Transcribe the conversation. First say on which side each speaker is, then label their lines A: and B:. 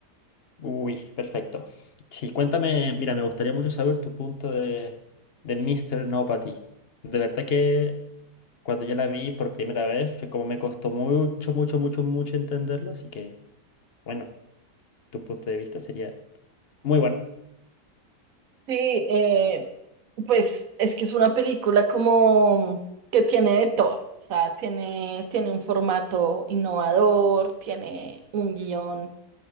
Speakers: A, on the left (about 45°); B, on the right (about 60°).
A: Uy, perfecto. Sí, cuéntame, mira, me gustaría mucho saber tu punto de, de Mr. No Patty. De verdad que cuando yo la vi por primera vez fue como me costó mucho, mucho, mucho, mucho entenderlo, así que, bueno, tu punto de vista sería muy bueno.
B: Sí, eh, pues es que es una película como que tiene de todo. O sea, tiene, tiene un formato innovador, tiene un guión.